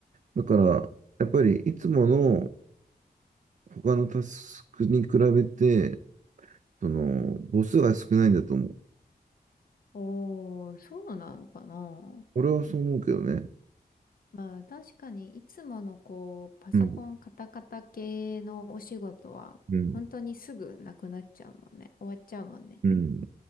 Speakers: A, on the right (about 50°); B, on the left (about 60°).
A: だから、やっぱりいつもの他のタスクに比べて、その、母数が少ないんだと思う。
B: おー、そうなのかな。
A: 俺はそう思うけどね。
B: まあ確かにいつものこう、パソコンカタカタ系のお仕事は、
A: うん、うん、
B: 本当にすぐなくなっちゃうもんね。終わっちゃうもんね。
A: うん。